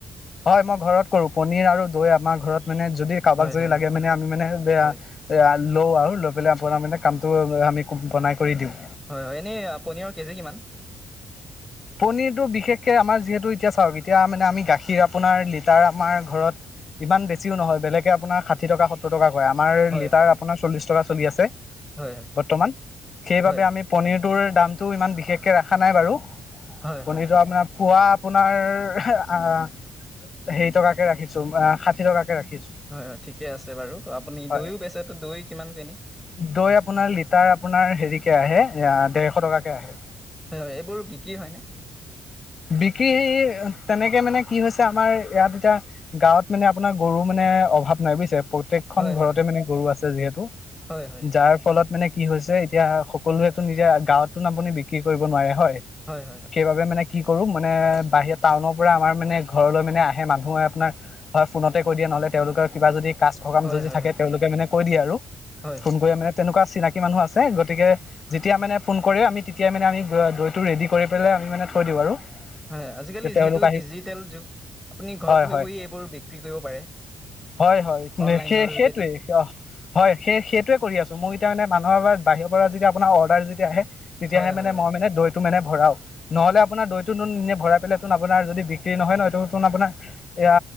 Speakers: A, on the left; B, in the centre.
A: হয় মই ঘৰত কৰো। পনীৰ আৰু দৈ আমাৰ ঘৰত মানে যদি কাৰোবাক
B: হয়
A: যদি
B: হয়
A: লাগে
B: হয়
A: মানে আমি মানে বেয়া
B: হয়
A: লওঁ লও আউ লৈ পেলাই আপোনাৰ মানে কামটো আমি বনাই কৰি দিওঁ
B: হয় হয় এনেই আ পনীয়ৰ কেজি কিমান।
A: পনীৰটো বিশেষকে আমাৰ যিহেতু এতিয়া চাওক এতিয়া মানে আমি গাখীৰ আপোনাৰ লিটাৰ আমাৰ ঘৰত ইমান বেছিও নহয়। বেলেগে আপোনাৰ ষাঠি টকা সত ত্তৰ টকা কয়। আমাৰ
B: হয়
A: লিটাৰ
B: হয়
A: আপোনাৰ চল্লিছ টকা চলি আছে।
B: হয় হয়
A: বৰ্তমান, সেইবাবে
B: হয় হয় হয়
A: আমি পনীৰটোৰ দামটো ইমান বিশেষকে ৰাখা নাই বাৰু
B: হয়
A: পনীৰটো
B: হয়
A: আপোনাৰ পুৱা আপোনাৰ আহ হেৰি টকাকে ৰাখিছো আ' ষাঠি টকাকে ৰাখিছো
B: হয় হয় ঠিকে আছে বাৰু আপুনি
A: হয়
B: দৈয়ও বেচতো দৈ কিমান কিনি
A: দৈ আপোনাৰ লিটাৰ আপোনাৰ হেৰিকে আহে আহ দেৰশ টকাকে আহে
B: হয় হয় এইবোৰ বিক্ৰী হয়নে
A: বিক্ৰীহ তেনেকে মানে কি হৈছে আমাৰ ইয়াত এতিয়া গাঁৱত মানে আপোনাৰ গৰুৰ মানে অভাৱ নাই বুইছে প্ৰত্যেকখন
B: হয় হয়
A: ঘৰতে
B: হয়
A: মানে গৰু আছে যিহেতু
B: হয় হয়
A: যাৰ ফলত মানে কি হৈছে এতিয়া সকলোৱেতো নিজা গাঁৱত তোন আপুনি বিক্ৰী কৰিব নোৱাৰে হয়
B: হয় হয় হয়
A: সেইবাবে মানে কি কৰো মানে বাহিৰ পৰা টাউনৰ পৰা আমাৰ মানে ঘৰলৈ মানে আহে মানুহে আপোনাৰ হয় ফোনতে কৈ দিয়া নহলে তেওঁলোকৰ কিবা যদি কা সকাম
B: হয়
A: যদি
B: হয় হয়
A: থাকে
B: হয়
A: তেওঁলোকে মানে কৈ দিয়ে আৰু
B: হয়
A: ফোন কৰি মানে তেনেকুৱা চিনাকি মানুহ আছে গতিকে যেতিয়া মানে ফোন কৰি আমি তেতিয়াই মানে আমি দৈটো ৰেডি কৰি পেলাই আমি থৈ দিওঁ আৰু।
B: হয় আজিকালি
A: যে তেওঁলোক
B: যিহেতু
A: আহি
B: ডিজিটেল আপুনি ঘৰত
A: হয় হয়
B: বহি এইবোৰ বিক্ৰী কৰিব পাৰে।
A: হয়, হয়
B: অনলাইনৰ
A: সেই সেইটোৱে
B: যোগেদি
A: অ'। হয় সেই সেইটোৱে কৰি আছোঁ মোৰ এতিয়া মানে মানুহৰ বাহিৰৰ পৰা যেতিয়া আপোনাৰ অৰ্ডাৰ যেতিয়া আহে তেতিয়াহে
B: হয়
A: মানে
B: হয় হয়
A: মই মানে দৈটো মানে ভৰাও। নহ'লে আপোনাৰ দৈটো তোন ভৰাই পেললে তোন আপোনাৰ যদি বিক্ৰী নহয় নহয়তোন আপোনাৰ এয়া